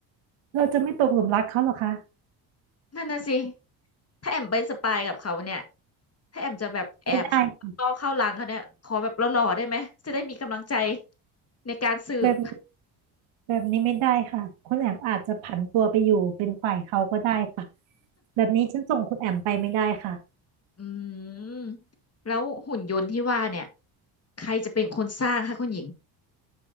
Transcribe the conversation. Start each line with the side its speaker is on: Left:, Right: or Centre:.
Right: เราจะไม่ตกหลุมรักเขาเหรอคะ
Left: นั่นน่ะสิ ถ้าแอมไปสปายกับเขาเนี่ยถ้าแอมจะแบบแอบเข้าเข้าเข้าหลังเขาเนี่ยขอแบบหล่อๆได้ไหม
Right: ไม่ได้ค่ะ
Left: จะได้มีกำลังใจในการสืบ
Right: แบบนี้แบบนี้ไม่ได้ค่ะคุณแอมอาจจะผันตัวไปอยู่เป็นฝ่ายเขาก็ได้ค่ะแบบนี้ฉันส่งคุณแอมไปไม่ได้ค่ะ
Left: <laughs> อืมแล้วหุ่นยนต์ที่ว่าเนี่ยใครจะเป็นคนสร้างคะคุณหญิง